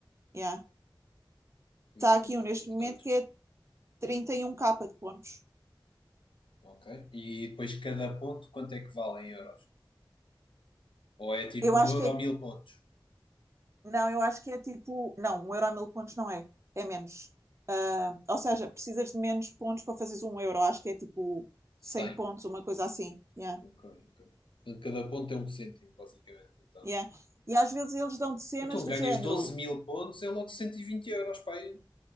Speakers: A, on the right; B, on the left.
A: yeah.
B: Ver
A: Está
B: se
A: aqui
B: dou uma
A: um neste
B: vista
A: momento
B: de olhos.
A: que é trinta e um capa de pontos.
B: Ok. E depois cada ponto, quanto é que vale em euros? Ou é tipo
A: Eu
B: um
A: acho
B: euro
A: que é.
B: ou mil pontos?
A: Não, eu acho que é tipo. Não, um euro a mil pontos não é. É menos. Ou seja, precisas de menos pontos para fazeres um euro. Acho que é tipo
B: 100.
A: 100 pontos, uma coisa assim. Yeah,
B: Ok, ok. Portanto, cada ponto é um cêntimo, basicamente. Então,
A: yeah. E às vezes eles dão de cenas
B: então
A: do
B: ganhas
A: género.
B: doze mil pontos, é logo 120 euros, pá. aí.